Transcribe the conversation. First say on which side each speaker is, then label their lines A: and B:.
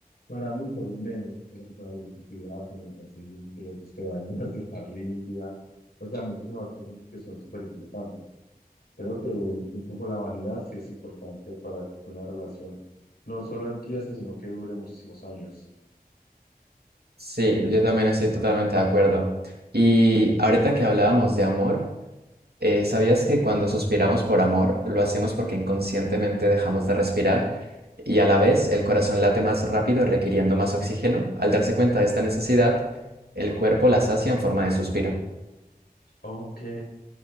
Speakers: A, on the left (about 80°); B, on the right (about 85°).
A: para mí por lo menos, que esa persona le guste cuidarse, alimentarse bien, que le guste bañarse, <laughs> estar limpia, o sea, muchísimas cosas que son súper importantes. Creo que un poco la vanidad sí es importante para que una relación no solo empiece, sino que dure muchísimos años.
B: Sí, yo también estoy totalmente de acuerdo. Y ahorita que hablábamos de amor, eh, ¿sabías que cuando suspiramos por amor, lo hacemos porque inconscientemente dejamos de respirar y a la vez el corazón late más rápido requiriendo más oxígeno? Al darse cuenta de esta necesidad, el cuerpo la sacia en forma de suspiro.
A: Ok,